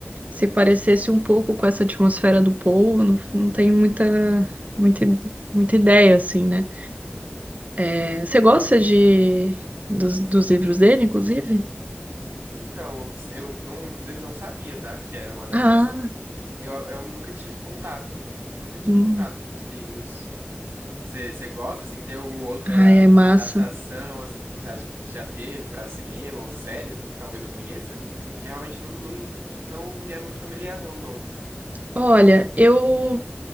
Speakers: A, on the right (about 40°); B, on the right (about 80°).
A: se parecesse um pouco com essa atmosfera do Poe. Não, não tenho muita, muita, muita ideia, assim, né? É, Você gosta de,
B: É.
A: dos, dos livros dele, inclusive?
B: Então, eu não, inclusive não sabia, tá, que era uma adaptação.
A: Ah,
B: Eu, eu nunca tive contato, nunca tive
A: Hum,
B: contato com os livros. Você você gosta, assim, tem alguma outra
A: Ai, é massa.
B: adaptação, assim, que você acha que que já teve pra cinema ou série, assim, talvez eu conheça? Porque realmente não, não, não me é muito familiar, não, o nome.
A: Olha, eu